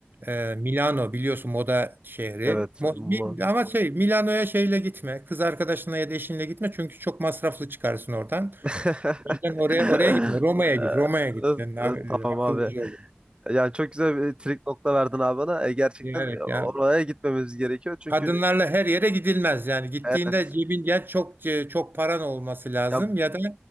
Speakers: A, on the right; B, on the right.
A: e, Milano biliyorsun moda şehri.
B: Evet,
A: Mo-
B: ama...
A: Mi- ama şey Milano'ya şeyle gitme. Kız arkadaşınla ya da eşinle gitme çünkü çok masraflı çıkarsın oradan.
B: <laughs>
A: O yüzden oraya oraya gitme. Roma'ya
B: Ee,
A: git. Roma'ya git.
B: evet,
A: Sen a-
B: evet,
A: e,
B: Tamam
A: akıllıca
B: abi.
A: ol.
B: Yani çok güzel bir trik nokta verdin abi bana. E, gerçekten
A: Yani
B: e, oraya
A: ya
B: gitmemiz gerekiyor. Çünkü
A: kadınlarla her yere gidilmez. Yani gittiğinde
B: evet
A: cebin ya çok e, çok paran olması lazım
B: ya
A: ya da